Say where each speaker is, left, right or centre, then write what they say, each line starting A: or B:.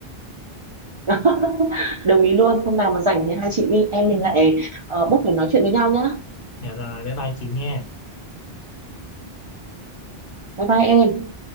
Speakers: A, on the right; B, on the left.
A: <laughs> đồng ý luôn hôm nào mà rảnh thì hai chị mình em mình lại uh, book để nói chuyện với nhau nhá
B: dạ rồi bye bye chị nha
A: bye bye em